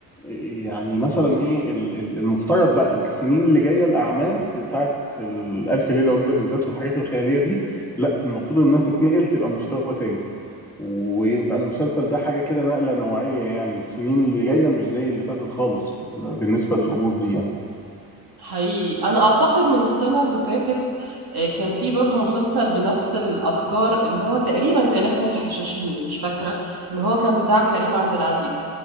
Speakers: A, in the centre; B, on the right (about 45°).
A: آه، يعني مثلا ايه ال- ال- المفترض بقى السنين اللي جايه الاعمال بتاعت ال- الف ليله وليله بالذات والحاجات الخياليه دي لا المفروض انها تتنقل تبقى مستوى تاني ويبقى المسلسل ده حاجه كده نقله نوعيه يعني السنين اللي جايه مش زي اللي فاتت خالص في ال- بالنسبه للامور دي يعني
B: حقيقي انا اعتقد من السنه اللي فاتت آه، كان في برضو مسلسل بنفس الافكار اللي هو تقريبا كان اسمه الحشاشين مش فاكره اللي هو كان بتاع كريم عبد العزيز